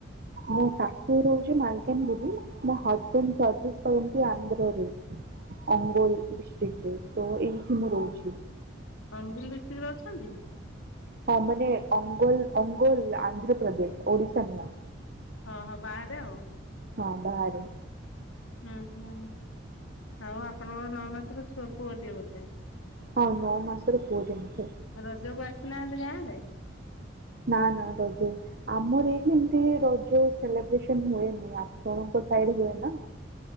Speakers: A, on the right; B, on the left.
A: ମୋ ଶାଶୁ ରହୁଛି ମାଲକାନଗିରି ମୋ ହଜବେଣ୍ଡ ସର୍ଭିସ କରନ୍ତି ଆନ୍ଧ୍ରରେ ଅଙ୍ଗୋଲ ଡିଷ୍ଟ୍ରିକଟ ରେ ତ ଏଇଠି ମୁଁ ରହୁଛି।
B: ଅନଗିରି ଡିଷ୍ଟ୍ରିକ୍ଟ ରେ ଅଛନ୍ତି।
A: ହଁ, ମାନେ ଅଙ୍ଗୋଲ ଅଙ୍ଗୋଲ ଆନ୍ଧ୍ରପ୍ରଦେଶ ଓଡିଶା ନୁହଁ।
B: ହଁ ହଁ ବାହାରେ ଆଉ।
A: ହଁ ବାହାରେ।
B: ହୁଁ ହୁଁ ଆଉ ଆପଣଙ୍କର ନଅ ମାସର ଝୁଅ ପୁଅଟିଏ ବୋଧେ
A: ହଁ ନଅ ମାସର ପୁଅଟିଏ।
B: ରଜ କୁ ଆସିନାହାନ୍ତି ଗାଁ ରେ।
A: ନା ନା ରଜ। ଆମର ଏଇଠି ଏମିତି ରଜ ସେଲିବ୍ରେସନ ହୁଏନି ଆପଣଙ୍କ ସାଇଡ ହୁଏ ନା।